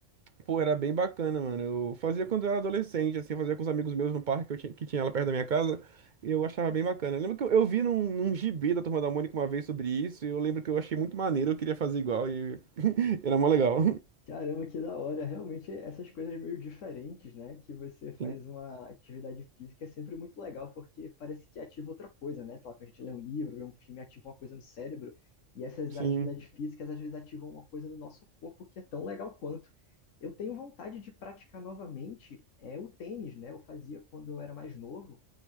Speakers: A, on the right; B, on the left.
A: Pô, era bem bacana, mano. Eu fazia quando eu era adolescente, assim, fazia com os amigos meus no parque que, eu tinha, que tinha lá perto da minha casa. E eu achava bem bacana. Eu lembro que eu, eu vi num, num gibi da Turma da Mônica uma vez sobre isso, e eu lembro que eu achei muito maneiro, eu queria fazer igual, e <laughs> era mó legal.
B: Caramba, que da hora. Realmente, essas coisas meio diferentes, né? Que você faz
A: Sim.
B: uma atividade física é sempre muito legal, porque parece que ativa outra coisa, né? Sei lá, quando a gente lê um livro, vê um filme, ativa uma coisa no cérebro. E essas
A: Sim.
B: atividades físicas, às vezes, ativam uma coisa no nosso corpo que é tão legal quanto. Eu tenho vontade de praticar novamente é, o tênis, né? Eu fazia quando eu era mais novo